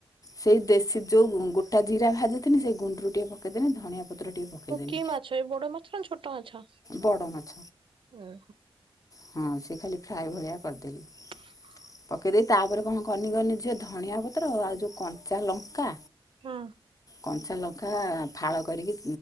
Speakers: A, on the left; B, on the right.
A: ସେଇ ଦେଶୀ ଯୋଉ ଗୋଟା ଜିରା ଭାଜିିନି ସେଇ ଗୁଣ୍ଡରୁ ଟିକେ ପକେଇଦେଲି ଧଣିଆ। ପତ୍ର ଟିକେ ପକେଇଦେନି
B: କି ମାଛ ଏ ବଡ ମାଛ ନା ଛୋଟ ମାଛ
A: ବଡ଼ ମାଛ
B: ଓ
A: ହଁ ସେ ଖାଲି ଫ୍ରାଏ ଭଳିଆ କରିଦେଲି।
B: <inaudible>
A: ପକେଇ ଦେଇେଇ ତାପରେ କଣ କରନି କନି ଝିଅ ଧନିଆ ପତ୍ର ଆଉ ଯେଉଁ କଞ୍ଚା ଲଙ୍କା।
B: ହଁ
A: କଞ୍ଚା ଲଙ୍କା ଫାଳ କରିକି